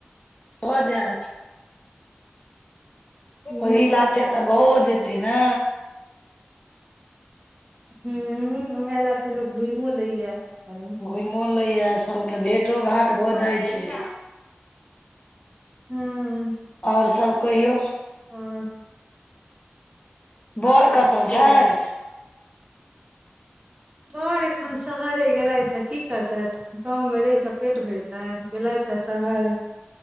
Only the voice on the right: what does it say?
हूँ
हुं उं उहे लाथे लोक घुइमो लैए कनी।
हुं उं
आओर।
तऽ
ठीके
अछि बर एखन शहरे गेलथि ए की करतैथ? गाँवमे रहिक पेट भैरतनि गेलथिहे शहरे।